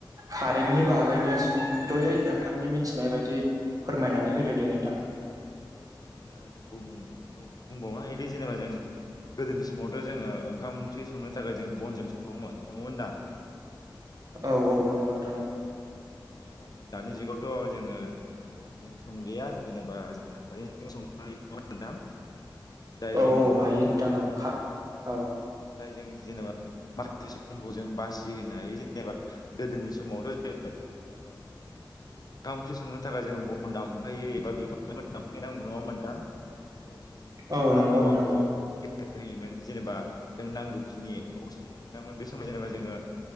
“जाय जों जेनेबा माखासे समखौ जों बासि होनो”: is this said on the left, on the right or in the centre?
Left